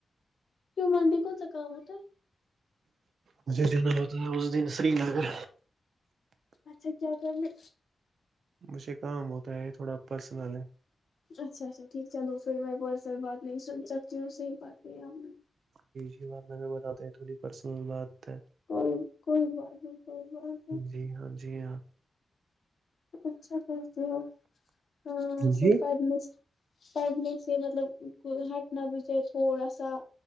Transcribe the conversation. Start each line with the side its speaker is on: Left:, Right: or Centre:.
Left: کیوں منڈی کون سا کام ہوتا ہے
Right: مجھے جانا ہوتا ہے اس دن سری نگر
Left: اچھا کیا کر میں
Right: مجھے کام ہوتا ہے تھوڑا پرسنل ہے
Left: اچھا اچھا ٹھیک چلو پھر میں پرسل بات نہیں سن سکتا جوں صحیح بات کر ہم نے
Right: بارہ میں بتاتے ہیں تھوڑی پرسنل بات ہے
Left: کوئی کوئی بات نہیں کوئی بات ہے
Right: جی ہاں جی ہاں <inaudible>
Left: اچھا کرتے ہو ہاں
Right: جی
Left: پڑھنے سے پڑھنے سے مطلب ہیکنا بجے تھوڑا سا